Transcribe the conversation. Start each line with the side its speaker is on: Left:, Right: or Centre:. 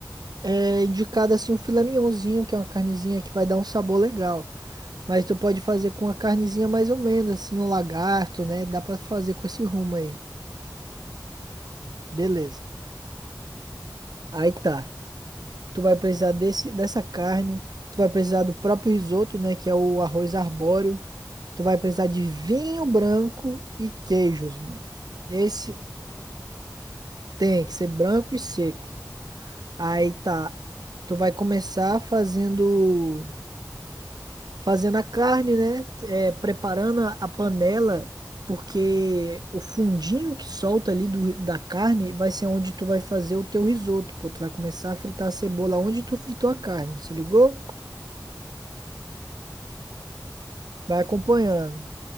Right: é indicado assim o filé mignonzinho, que é uma carnezinha que vai dar um sabor legal. Mas tu pode fazer com a carnezinha mais ou menos, assim, um lagarto, né? Dá pra fazer com esse rumo aí.
Left: Ah, tá, beleza. Aí,
Right: Beleza.
Left: pa- aí, ah,
Right: Aí tá.
Left: o que mais que eu preciso?
Right: Tu vai precisar desse, dessa carne. Tu vai precisar do próprio risoto, né? Que é o arroz arbóreo. Tu vai precisar
Left: Aham.
Right: de vinho branco e queijos, mano. Esse
Left: Tem que ser o branco, o vinho.
Right: tem que ser branco e seco. Aí tá.
Left: Beleza.
Right: Tu vai começar fazendo. Fazendo a carne, né? É, preparando a a panela, porque o fundinho que solta ali do, da carne vai ser onde tu vai fazer o teu risoto, pô. Tu vai começar a fritar a cebola onde tu fritou a carne, se ligou?
Left: Entendi, entendi. Tô, tô sacando.
Right: Vai acompanhando.
Left: E aí, o que que eu.